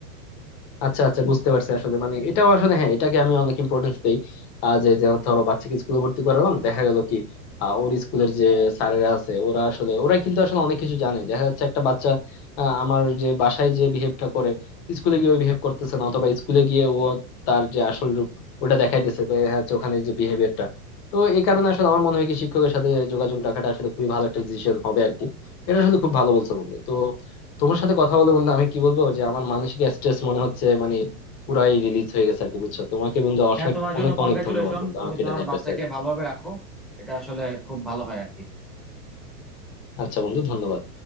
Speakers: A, on the left; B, in the centre.
A: আচ্ছা আচ্ছা বুঝতে পারছি আসলে মানে এটাও আসলে হ্যাঁ এটাকে আমি অনেক ইম্পর্টেন্স দেই আহ, যে যে ধরো বাচ্চাকে স্কুলে ভর্তি করালাম দেখা গেল কি আহ, ওর স্কুলের যে স্যারেরা আছে ওরা আসলে ওরা কিন্তু আসলে অনেক কিছু জানে দেখা যাচ্ছে একটা বাচ্চা আহ, আমার যে বাসায় যে বিহেভটা করে স্কুলে গিয়ে ওই বিহেভ করতেছে না অথবা স্কুলে গিয়ে ও তার যে আসল রূপ ওটা দেখাইতেছে দেখা যাচ্ছে ওখানে যে বিহেভিয়ারটা তো এই কারণে আসলে আমার মনে হয় কি শিক্ষকের সাথে যোগাযোগ রাখাটা আসলে খুবই ভালো একটা ডিসিশন হবে আর কি এটা আসলে খুব ভালো বলছো বন্ধু তো তোমার সাথে কথা বলে বন্ধু আমি কি বলবো যে আমার মানসিক স্ট্রেস মনে হচ্ছে মানে পুরাই রিলিজ হয়ে গেছে আর কি বুঝছো তোমাকে বন্ধু অনেক
B: হ্যাঁ তোমার জন্য
A: অনেক
B: কনগ্রাচুলেশন
A: অনেক ধন্যবাদ বন্ধু
B: তুমি
A: আমাকে
B: তোমার
A: এটা নিয়ে অ্যাডভাইস
B: বাচ্চাকে
A: দেওয়ার জন্য
B: ভালোভাবে রাখো এটা আসলে খুব ভালো হয় আর কি
A: আচ্ছা বন্ধু ধন্যবাদ